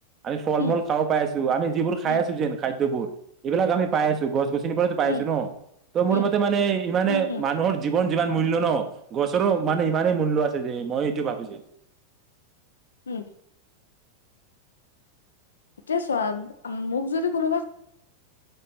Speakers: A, on the right; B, on the left.
A: আমি ফল-
B: উম
A: মূল খাব পাই আছো আমি যিবোৰ খাই
B: উম
A: আছো যেনে খাদ্যবোৰ এইবিলাক আমি পাই আছো গছ- গছনি গছ- গছনিৰ পৰাইতো পাই
B: উম
A: আছো ন' ত'মোৰ
B: উম
A: মতে মানে ইমানে
B: উম উম
A: মানুহৰ জীৱন যিমান মূল্য ন'গছৰো মানে ইমানেই মূল্য আছে যে মই এইটো ভাবো যে।
B: উম এতিয়া চোৱা মোক যদি কোনোবা